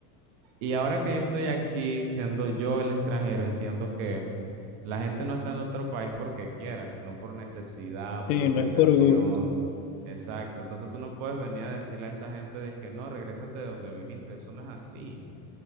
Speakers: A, on the right; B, on the left.
A: Y ahora que yo estoy aquí, siendo yo el extranjero, entiendo que la gente no está en otro país porque quiera, sino por necesidad,
B: Sí,
A: por obligación.
B: no es por gusto.
A: Exacto. Entonces tú no puedes venir a decirle a esa gente, de que no, regrésate de donde viniste. Eso no es así.